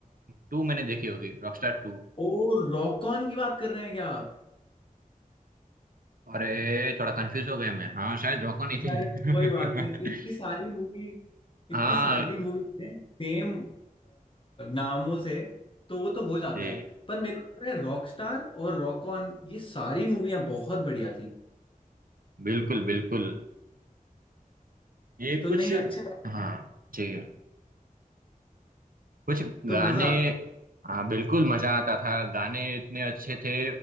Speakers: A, on the right (about 70°); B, on the left (about 35°).
A: टू मैंने देखी होगी रॉकस्टार टू
B: ओ रॉक ऑन की बात कर रहे हैं क्या आप
A: अरे थोड़ा कंफ्यूज हो गया मैं हाँ शायद रॉको नहीं थी
B: अरे कोई बात नहीं इतनी सारी मूवी
A: <laughs>
B: इतनी
A: हाँ
B: सारी मूवी है सेम नामों से तो वो तो हो जाता
A: जी
B: है पर मेरे को पता है रॉकस्टार और रॉक ऑन ये सारी मूवियां बहुत बढ़िया थी
A: बिल्कुल बिल्कुल ये
B: तो
A: कुछ
B: नहीं अच्छा है,
A: हाँ ठीक है कुछ
B: तो
A: गाने
B: मजा आता है।
A: हाँ बिल्कुल मजा आता था गाने इतने अच्छे थे